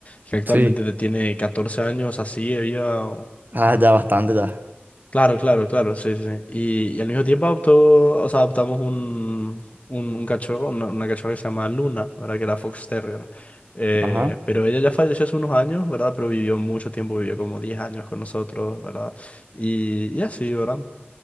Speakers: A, on the left (about 35°); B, on the right (about 45°).
A: Que actualmente
B: Sí.
A: tiene 14 años, así, había...
B: Ah, ya bastante ya.
A: Claro, claro, claro, sí, sí. sí. Y, y al mismo tiempo adoptó, o sea, adoptamos un, un, un cachorro, una, una cachorra que se llama Luna, ¿verdad? Que era Fox Terrier. Eh,
B: Ajá.
A: pero ella ya falleció hace unos años, ¿verdad? Pero vivió mucho tiempo, vivió como 10 años con nosotros, ¿verdad? Y, y así, ¿verdad?